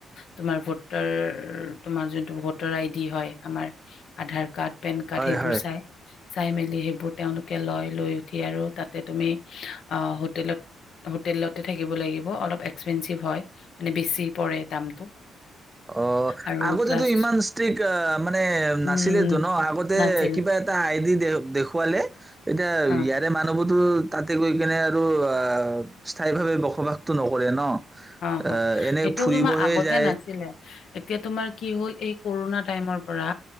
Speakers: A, on the left (about 70°); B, on the right (about 20°).
A: তোমাৰ ভোটৰ তোমাৰ যোনটো ভোটাৰ আইডি হয়, আমাৰ আধাৰ কাৰ্ড। পেন কাৰ্ড
B: হয়
A: সেইবোৰ
B: হয়
A: চাই। চাই মেলি সেইবোৰ তেওঁলোকে লয়, লৈ উঠি আৰু তাতে তুমি অ হোটেলত হোটেলতে থাকিব লাগিব। অলপ এক্সপেঞ্চিভ হয়, মানে বেছি পৰে দামটো।
B: অ
A: আৰু
B: আগতেটো
A: প্লাছ
B: ইমান ষ্ট্ৰিক্ট মানে
A: উম,
B: নাছিলেটো ন? আগতে
A: নাছিল।
B: কিবা এটা আইডি দে-দেখুৱালে এতিয়া,
A: অ।
B: ইয়াৰে মানুহবোৰত টো তাতে গৈ কিনে আৰু অস্থায়ী ভাৱে বসবাসটো নকৰে ন?
A: অ
B: এ
A: অ,
B: এনে
A: সেইটো
B: ফুৰিবহে
A: তোমাৰ আগতে
B: যায়
A: নাছিলে। এতিয়া তোমাৰ কি হ'ল, এই কৰোণা টাইমৰ পৰা